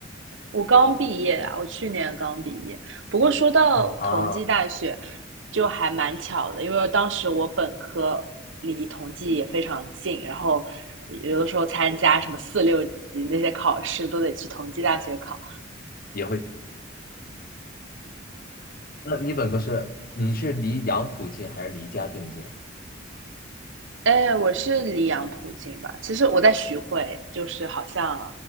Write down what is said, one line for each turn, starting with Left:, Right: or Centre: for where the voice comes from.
Right: 我刚毕业啊，我去年刚毕业。不过说到同济大学，
Left: 啊，
Right: 就还蛮巧的，因为当时我本科离同济也非常近，然后有的时候参加什么四六级那些考试都得去同济大学考。
Left: 也会那你本科是你是离杨浦近还是离嘉定近？
Right: 哎，我是离杨浦近吧？其实我在徐汇，就是好像